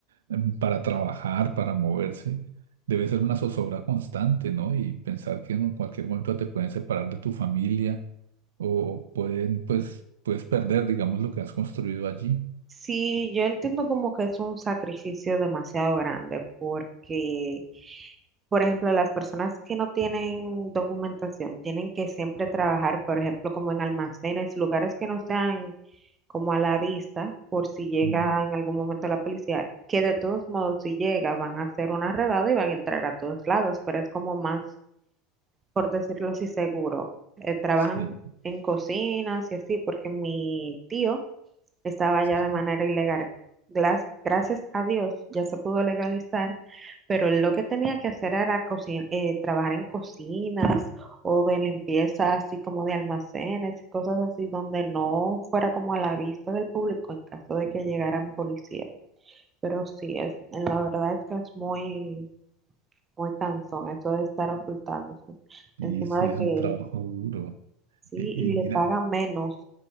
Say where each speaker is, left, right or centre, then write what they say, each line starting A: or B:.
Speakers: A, on the right; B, on the right.
A: em, para trabajar, para moverse. Debe ser una zozobra constante, ¿no? Y pensar que en cualquier momento te pueden separar de tu familia o, o pueden, pues, puedes perder, digamos, lo que has construido allí.
B: Sí, yo entiendo como que es un sacrificio demasiado grande porque, por ejemplo, las personas que no tienen documentación tienen que siempre trabajar, por ejemplo, como en almacenes, lugares que no sean como a la vista, por si llega
A: Mm,
B: en algún momento la policía, que de todos modos si llega van a hacer una redada y van a entrar a todos lados, pero es como más, por decirlo así, seguro. Eh, trabajan
A: sí.
B: en cocinas y así, porque mi tío estaba
A: sí.
B: ya de manera ilegal. Glas- Gracias a Dios ya se pudo legalizar, pero él lo que tenía que hacer era cocin- eh, trabajar en cocinas o de limpieza, así como de almacenes cosas así, donde no fuera como a la vista del público en caso de que llegaran policías. Pero sí, es, en la verdad es que es muy, muy cansón eso de estar ocultándose.
A: Sí,
B: Encima
A: sí,
B: de que
A: es un trabajo duro.
B: sí,
A: Y,
B: y
A: y mira,
B: le pagan menos,